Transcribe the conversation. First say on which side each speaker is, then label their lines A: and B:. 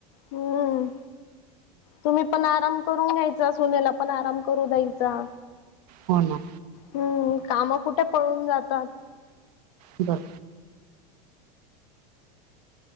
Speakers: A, on the left; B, on the right.
A: हम्म तुम्ही, पण आराम करून घ्यायचा, सुनेला पण आराम करू द्यायचा.
B: हो ना.
A: हम्म. काम कुठे पळून जातात.
B: बर,